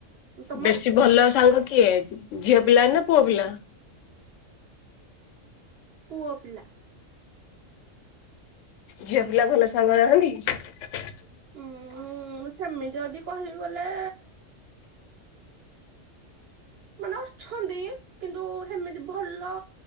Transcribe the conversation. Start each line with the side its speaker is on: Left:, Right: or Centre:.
Right: ତମର
Left: ବେଶୀ ଭଲ ସାଙ୍ଗ କିଏ ଝିଅ ପିଲା ନା ପୁଅ ପିଲା।
Right: ପୁଅ ପିଲା।
Left: ଝିଅ ପିଲା ଭଲ ସାଙ୍ଗ ନାହାନ୍ତି।
Right: ଉୁଁ ସେମିତି ଯଦି କହିବି ବୋଲେ ମାନେ ଅଛନ୍ତି କିନ୍ତୁ ସେମିତି ଭଲ